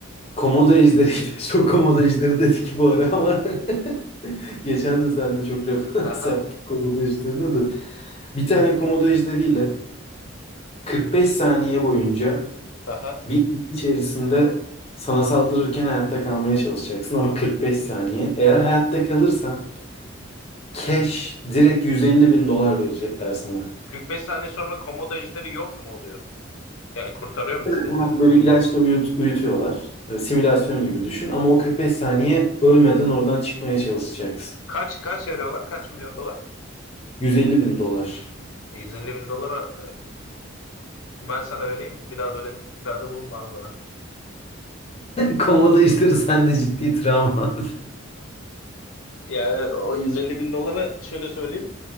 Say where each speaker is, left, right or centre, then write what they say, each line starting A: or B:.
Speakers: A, on the left; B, on the left.
A: Komodo ejderi, <laughs> çok komodo ejderi dedik bu ara ama <laughs> geçen de seninle çok referans
B: Aha,
A: <laughs> yaptık komodo ejderine de. Bir tane komodo ejderiyle 45 saniye boyunca
B: aha.
A: bir gün içerisinde sana saldırırken hayatta kalmaya çalışacaksın ama 45 saniye. Eğer hayatta kalırsan cash direkt 150 bin dolar verecekler sana.
B: 45 saniye sonra komodo ejderi yok mu oluyor? Yani kurtarıyor musunuz
A: Hemen
B: beni?
A: Böyle ilaçla uyut, uyutuyorlar. E, Simülasyon gibi düşün ama o 45 saniye ölmeden oradan çıkmaya çalışacaksın.
B: Kaç kaç veriyorlar? Kaç milyon dolar?
A: 150 bin dolar.
B: E, 150 bin dolara e, ben sana vereyim. Bir daha böyle tekliflerde bulunma abi bana.
A: Komodo işleri sende ciddi travma.
B: Yani o 150 bin dolara şöyle söyleyeyim.